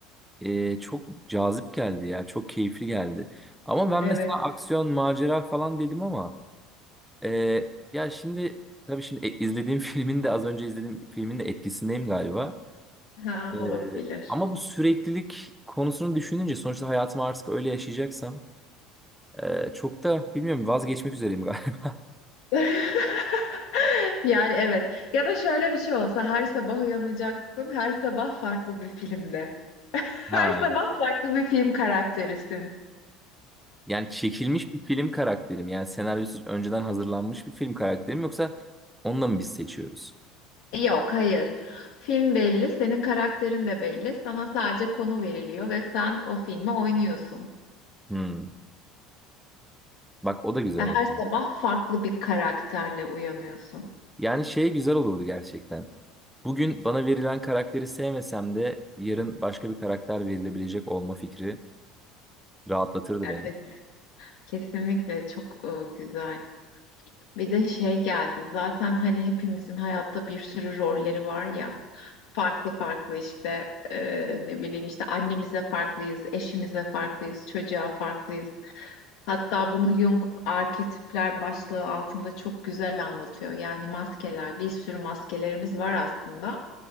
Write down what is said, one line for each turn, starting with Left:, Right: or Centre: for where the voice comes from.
Centre: e, çok cazip geldi ya. Çok keyifli geldi. Ama ben
Left: Evet,
Centre: mesela aksiyon, macera falan dedim ama e, ya şimdi tabii şimdi e, izlediğim <laughs> filmin de az önce izlediğim filmin de etkisindeyim galiba.
Left: ha
Centre: Ee,
Left: olabilir.
Centre: ama bu süreklilik konusunu düşününce sonuçta hayatımı artık öyle yaşayacaksam e, çok da bilmiyorum vazgeçmek üzereyim galiba. <laughs>
Left: <laughs> Yani evet. Ya da şöyle bir şey olsa her sabah uyanacaksın, her sabah farklı bir filmde.
Centre: Ha.
Left: Her sabah farklı bir film karakterisin.
Centre: Yani çekilmiş bir film karakterim yani senaryosu önceden hazırlanmış bir film karakterim yoksa onunla mı biz seçiyoruz?
Left: Yok, hayır. Film belli, senin karakterin de belli. Sana sadece konu veriliyor ve sen o filmi oynuyorsun.
Centre: Hmm. Bak o da güzel
Left: Ve
Centre: olurdu.
Left: her sabah farklı bir karakterle uyanıyorsun.
Centre: Yani şey güzel olurdu gerçekten. Bugün bana verilen karakteri sevmesem de yarın başka bir karakter verilebilecek olma fikri rahatlatırdı
Left: Evet,
Centre: beni.
Left: kesinlikle çok e, güzel. Bir de şey geldi. Zaten hani hepimizin hayatta bir sürü rolleri var ya. Farklı farklı işte e, ne bileyim işte annemize farklıyız, eşimize farklıyız, çocuğa farklıyız. Hatta bunu Jung arketipler başlığı altında çok güzel anlatıyor. Yani maskeler, bir sürü maskelerimiz var aslında.